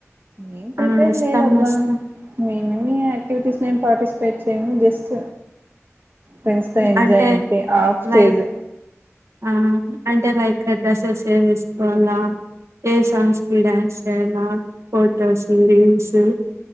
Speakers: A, on the right; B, on the right.
A: ఏం ప్రిపేర్
B: ఆ వస్తాం
A: లేదబ్బా
B: వస్తాం
A: మేమేమి యాక్టివిటీస్ మేం పార్టిసిపేట్ చేయము జస్ట్ ఫెండ్స్ తో ఎంజాయ్
B: అంటే
A: అంతే ఆఫ్ స్టేజ్
B: లైక్ ఆ అంటే లైక్ డ్రెస్సెస్ ఎమ్ వేసుకోవాలా ఏ సాంగ్స్ కి డ్యాన్స్ చేయలా పోటోస్ వీడియోస్